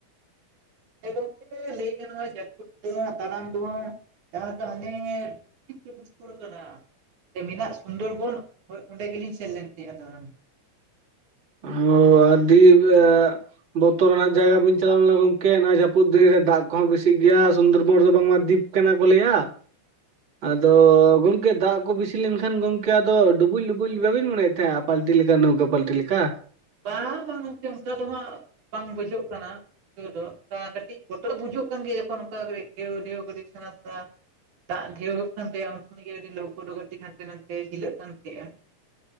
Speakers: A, on the right; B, on the right.
A: ᱜᱚᱢᱠᱮ ᱞᱟᱹᱭ ᱜᱟᱱᱚᱜᱼᱟ ᱡᱟᱹᱯᱩᱫ ᱫᱚ ᱵᱟᱝ ᱫᱟᱲᱟᱢ ᱫᱚ ᱵᱟᱝ <inaudible> ᱡᱟᱦᱟ ᱫᱚ ᱟᱹᱞᱤᱧ ᱵᱤᱥᱛᱚᱲ ᱠᱤᱱ ᱠᱳᱞ ᱠᱟᱫᱟ᱾ <inaudible> ᱢᱮᱱᱟᱜ ᱥᱩᱱᱫᱚᱨᱵᱚᱱ ᱚᱸᱰᱮ ᱜᱮᱞᱤᱧ ᱥᱮᱱ ᱞᱮᱱ ᱛᱟᱦᱮᱸᱜ ᱟ ᱫᱟᱲᱟᱱ᱾
B: ᱟᱨᱦᱚᱸ ᱟᱹᱰᱤ ᱵᱟ᱾ <inaudible> ᱵᱚᱛᱚᱨᱱᱟᱜ ᱡᱟᱭᱜᱟ ᱵᱤᱱ ᱪᱟᱞᱟᱣ ᱞᱮᱱᱟ ᱜᱚᱝᱠᱮ ᱱᱚᱣᱟ ᱡᱟᱹᱯᱩᱫ ᱫᱤᱱ ᱨᱮ ᱫᱟᱜ ᱠᱚᱦᱚᱸ ᱵᱤᱥᱤᱜ ᱜᱮᱭᱟ ᱥᱩᱱᱫᱚᱨᱵᱚᱱ ᱨᱮᱫᱚ ᱵᱟᱝ ᱫᱤᱯ ᱠᱟᱱᱟ ᱠᱚ ᱞᱟᱹᱭᱟ? ᱟᱫᱚ ᱜᱚᱢᱠᱮ ᱫᱟᱜ ᱠᱚ ᱵᱮᱥᱤ ᱞᱮᱱᱠᱷᱟᱱ ᱜᱚᱢᱠᱮ ᱟᱫᱚ ᱰᱩᱵᱩᱡ ᱞᱩᱵᱩᱡ ᱵᱟᱹᱵᱤᱱ ᱢᱚᱱᱮᱭᱮᱫ ᱢᱮᱭᱟ ᱯᱟᱞᱴᱤ ᱞᱮᱠᱟ ᱱᱚᱣᱠᱟ ᱯᱟᱞᱴᱤ ᱞᱮᱠᱟ?
A: ᱵᱟᱝ ᱵᱟᱝ ᱜᱠᱮ ᱚᱱᱠᱟ ᱫᱚ ᱵᱟᱝ᱾ ᱵᱟᱝ ᱵᱩᱡᱷᱟᱹᱜ ᱠᱟᱱᱟ᱾ ᱤᱡ ᱫᱚᱠᱟ ᱠᱟᱹᱴᱤᱡ ᱜᱚᱛᱚ ᱫᱚ ᱵᱩᱡᱩᱜ ᱠᱟᱱ ᱜᱮᱭᱟ ᱡᱚᱠᱷᱚᱱ ᱚᱱᱠᱟ ᱰᱷᱣ ᱰᱷᱮᱣᱥᱲᱟ᱾ <unintelligible> ᱫᱟᱜ ᱰᱷᱮᱣᱚᱜ ᱠᱟᱱ ᱛᱟᱦᱮᱫ ᱟ ᱩᱱ ᱜᱮ ᱟᱹᱰᱤ ᱞᱟᱹᱣᱠᱟᱹ ᱞᱟᱹᱣᱠᱟᱹ ᱦᱟᱱᱛᱮ ᱱᱟᱛᱮ ᱡᱷᱤᱞᱟᱹᱜ ᱠᱟᱱᱟᱸᱜᱼᱟ <unintelligible>